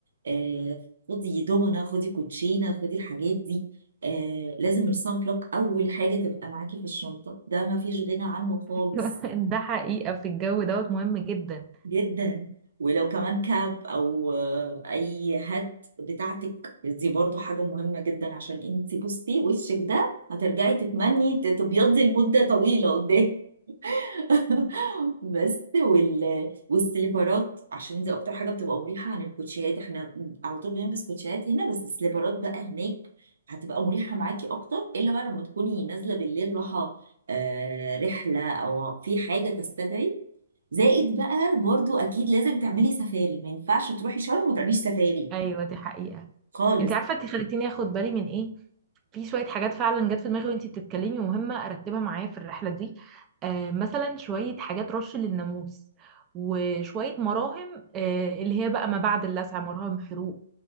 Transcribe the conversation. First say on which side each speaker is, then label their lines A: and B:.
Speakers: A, on the right; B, on the right.
A: آه خدي دومنة خدي كوتشينة خدي الحاجات دي آه لازم السان بلوك أول حاجة تبقى معاكي في الشنطة ده مفيش غنى عنه خالص
B: <laughs> ده حقيقة في الجو دوت مهم جدا
A: جدا ولو كمان كاب او آه، اي هات بتاعتك دي برضو حاجة مهمة جدا عشان انت بصي وشك ده هترجعي تتمني ت- تبيضي لمدة طويلة قدام <laughs> بس وال... والسليبرات عشان دي اكتر حاجة بتبقى مريحة عن الكوتشيات احنا على طول بنلبس كوتشيات هنا بس السليبرات بقى هناك هتبقى مريحة معاكي اكتر الا بقى لما تكوني نازلة بالليل راحة آه رحلة او في حاجة تستدعي زائد بقى برضو اكيد لازم تعملي سفاري ما ينفعش تروحي شرم وما تعمليش سفاري
B: ايوه دي حقيقة
A: خالص
B: انت عارفة انت خليتيني اخد بالي من ايه في شوية حاجات فعلا جت في دماغي وانت بتتكلمي مهمة ارتبها معايا في الرحلة دي آه مثلا شوية حاجات رش للناموس وشوية مراهم آه اللي هي بقى ما بعد اللسع مراهم حروق